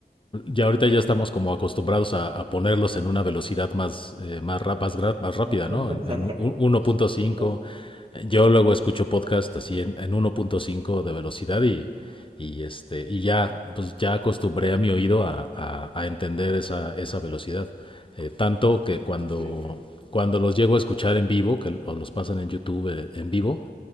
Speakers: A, on the left; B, on the right.
A: ya ahorita
B: Ujú.
A: ya estamos como acostumbrados a, a ponerlos en una velocidad más, eh, más, rap- más, gra- más rápida,
B: <laughs>
A: ¿no? En, en un- 1.5. Yo luego escucho podcast así en, en 1.5 de velocidad y, y, este, y ya, pues ya acostumbré a mi oído a, a- a entender esa, esa velocidad. Eh, tanto que cuando,
B: Sí, eh.
A: cuando los llego a escuchar en vivo, que o los pasan en YouTube eh, en vivo,